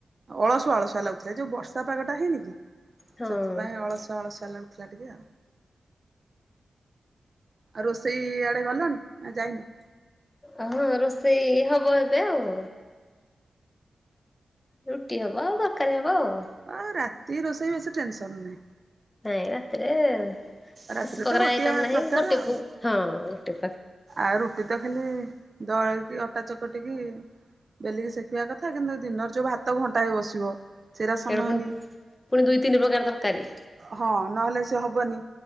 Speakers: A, on the right (about 45°); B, on the left (about 20°).
A: ଅଳସୁଆ ଅଳସୁଆ ଲାଗୁଥିଲା ଯୋଉ ବର୍ଷା ପାଗଟା ହେଇନି କି
B: ହଁ
A: ସେଥିପାଇଁ ଅଳସୁଆ ଅଳସଆ ଲାଗୁଥିଲା ଟିକେ ଆଉ ଆଉ ରୋଷେଇ ଆଡ଼େ ଗଲଣି ନା ଯାଇନ
B: ଓହଁ ରୋଷେଇ ହବ ଏବେ ଆଉ ରୁଟି ହବ ଆଉ ଦରକାରୀ ହବ ଆଉ
A: ଆଉ ରାତି ରୋଷେଇ ବେଶୀ ଟେନସନ ନାହିଁ।
B: ନାଇଁ ରାତିରେ ବେଶୀ
A: ରାତିରେ
B: ପ୍ରକାର
A: ତ ଗୋଟିଏ
B: ଆଇଟମ ନାହିଁ
A: ପ୍ରକାର
B: ଗୋଟେ
A: ଆଉ
B: ହଁ ଗୋଟେ
A: ଆଉ ରୁଟି ତ ଖାଲି ଦଳ କି ଅଟା ଚକଟ କି ବେଲିକି ଶ ସେଖିବା କଥା କିନ୍ତୁ ଦିନର ଯୋଉ ଭାତ ଘଣ୍ଟା ହେ ବସିବ ସେଇଟା
B: ସେ
A: ସମୟ
B: ପୁଣି
A: ନିଏ।
B: ପୁଣି ଦୁଇ ତିନି ପ୍ରକାର ତରକାରୀ
A: ହଁ ନହେଲେ ସେ ହବନି